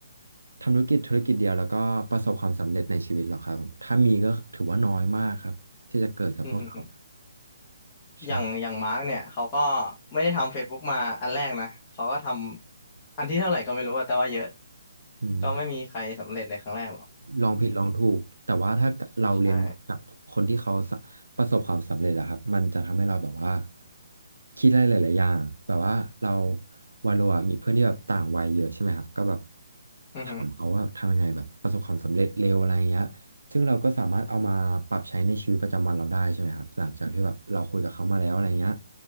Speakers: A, on the right (about 70°); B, on the left (about 25°).
A: ทำธุรกิจธุรกิจเดียวแล้วก็ประสบความสำเร็จในชีวิตหรอกครับถ้ามีก็ถือว่าน้อยมากครับที่จะเกิดกับพวกเขา
B: อือหือ
A: ใช่
B: อย่างอย่างมาร์กเนี่ยเขาก็ไม่ได้ทำ Facebook มาอันแรกนะเขาก็ทำอันที่เท่าไหร่ก็ไม่รู้อะแต่ว่าเยอะ
A: อืม
B: ก็ไม่มีใครสำเร็จในครั้งแรกหรอกจริง
A: ลองผิดลองถูกแต่ว่าถ้าเราเรียนจากคนที่เขาสะประสบความสำเร็จอะครับมันจะทำให้เราแบบว่า
B: ๆใช่
A: คิดได้หลายๆอย่างแบบว่าเราวาโลอะมีเพื่อนที่แบบต่างวัยเยอะใช่ไหมครับก็แบบ
B: อือฮึ
A: ถามเขาว่าทำยังไงแบบประสบความสำเร็จเร็วอะไรอย่างเงี้ยซึ่งเราก็สามารถเอามาปรับใช้ในชีวิตประจำวันเราได้ใช่ไหมครับหลังจากที่แบบเราคุยกับเขามาแล้วอะไรเงี้ย